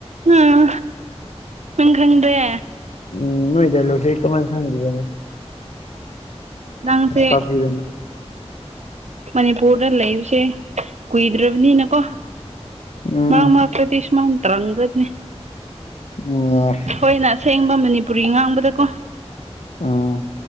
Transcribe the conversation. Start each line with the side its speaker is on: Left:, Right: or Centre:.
Right: ꯎꯝ ꯅꯪ ꯈꯪꯗ꯭ꯔꯦ
Left: ꯎꯝ ꯅꯣꯏ ꯗꯥꯏꯂꫭꯛꯁꯦ ꯑꯩ ꯀꯃꯥꯏ ꯈꯪꯗꫭꯏꯕ
Right: ꯅꯪꯁꯦ
Left: ꯇꯥꯛꯄꯤꯗꯅ
Right: ꯃꯅꯤꯄꯨꯔꯗ ꯂꯩꯕꯁꯦ ꯀꯨꯏꯗ꯭ꯔꯤꯕꯅꯤꯅꯀꯣ
Left: ꯎꯝ
Right: ꯃꯥꯔꯛ ꯇꯗꯤ ꯁꯨꯃꯥꯏ ꯊꯧꯔꯝꯗꯥꯏꯅꯤ
Left: ꯎꯨꯝ
Right: ꯑꯩꯈꯣꯏꯅ ꯑꯁꯦꯡꯕ ꯃꯅꯤꯄꯨꯔꯤ ꯉꯥꯡꯕꯗꯀꯣ
Left: ꯎꯝ